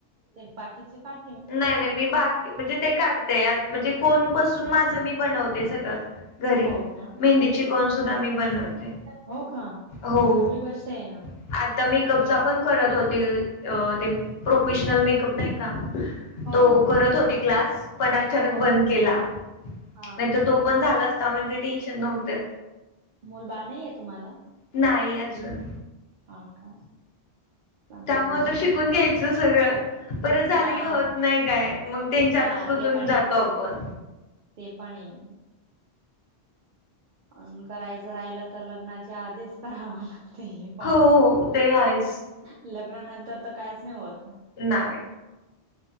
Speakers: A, on the right; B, on the left.
A: ते बाकीचे काढ
B: नाही नाही मी बाकी म्हणजे ते काढते म्हणजे कोणापासून माझं मी बनवते सगळं. घरी
A: हो का
B: मेहंदी चे कोन
A: हो
B: सुद्धा
A: का
B: मी बनवते
A: हो का
B: हो.
A: चांगली गोष्ट आहे ना
B: आता मेकअपचा पण करत होतील ते प्रोफेशनल मेकअप नाही का
A: हो
B: तो
A: हो हो
B: करत होती क्लास पण अचानक
A: हो
B: बंद केला
A: हा
B: नाही तर तो पण झाला असता. हा म्हणजे टेन्शन नव्हतं.
A: मुल बाळ नाहीये तुम्हाला?
B: नाही अजून.
A: हा का. चांगली
B: त्यामुळे
A: गोष्ट
B: तर शिकून
A: आहे
B: घ्यायच. सगळं परत झालं
A: हा
B: की होत नाही काय मग त्यांच्यातच
A: हा
B: गुतून
A: ते पण
B: जातो
A: आहे
B: आपण.
A: ते पण आहे. अ करायचं राहिलं तर लग्नाच्या आधीच करावं लागतं. हे पण
B: हो ते आहेच
A: लग्नानंतर तर काहीच नाही होत
B: नाही.